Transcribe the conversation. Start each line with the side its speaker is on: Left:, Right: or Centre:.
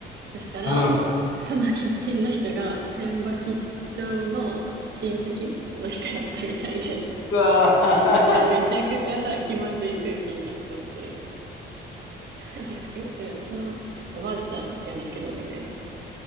Right: そしたら、
Left: うん
Right: そのキッチンの人が、千葉吉兆の親戚の人やったみたいで、
Left: うわー
Right: <laughs> めちゃくちゃさ、気まずい空気になっちゃって、<laughs> なんか、え、それ私のおばあちゃんやねんけど、みたいな。